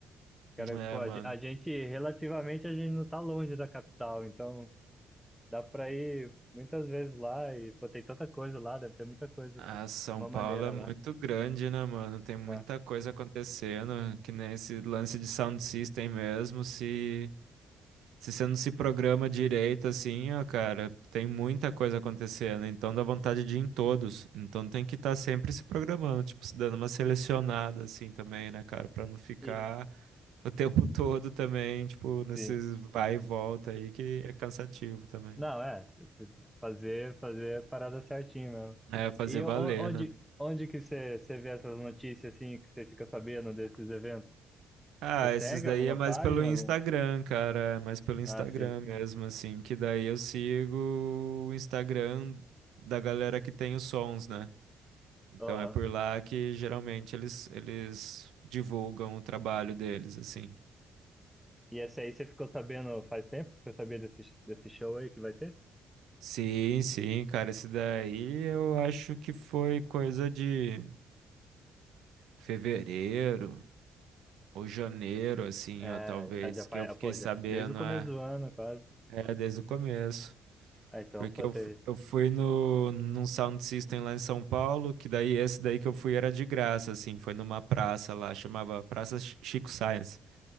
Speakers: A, in the centre; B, on the right.
A: Quero,
B: É,
A: pô, a
B: mano.
A: ge- a gente, relativamente, a gente não tá longe da capital, então dá para ir muitas vezes lá e, pô, tem tanta coisa lá, deve ter muita coisa, de
B: A São
A: uma
B: Paulo
A: maneira
B: é muito
A: lá,
B: grande, né, mano? Tem muita
A: né?
B: coisa acontecendo, que nem esse lance de sound system mesmo, se Se você não se programa direito, assim, ó, cara, tem muita coisa acontecendo, então dá vontade de ir em todos. Então tem que estar sempre se programando, tipo, se dando uma selecionada, assim, também, né, cara, pra não ficar
A: E,
B: o <laughs> tempo todo também, tipo, nesses
A: sim.
B: vai e volta aí, que é cansativo também.
A: Não, é, fazer, fazer a parada certinho mesmo.
B: É, fazer
A: E o-
B: valer,
A: o- onde,
B: né?
A: onde que você você vê essas notícias, assim, que você fica sabendo desses eventos?
B: Ah,
A: Você segue
B: esses daí
A: alguma
B: é mais
A: página,
B: pelo Instagram,
A: algum?
B: cara, é mais pelo Instagram
A: Ah, sim.
B: mesmo, assim, que daí eu sigo o Instagram da galera que tem os sons, né? Então
A: Aham.
B: é por lá que geralmente eles, eles divulgam o trabalho deles, assim.
A: E essa aí você ficou sabendo faz tempo que você sabia desse, desse show aí que vai ter?
B: Sim, sim, cara, esse daí eu acho que foi coisa de fevereiro ou janeiro, assim,
A: É,
B: ó, talvez,
A: ah, já
B: que
A: faz,
B: eu fiquei
A: ah, pô,
B: sabendo,
A: já, desde o começo
B: é,
A: do ano, quase.
B: é desde o começo.
A: Ah, então,
B: Porque
A: pô,
B: eu,
A: ter.
B: fu- eu fui no, num sound system lá em São Paulo, que daí esse daí que eu fui era de graça, assim, foi numa praça lá, chamava Praça Chi- Chico Science.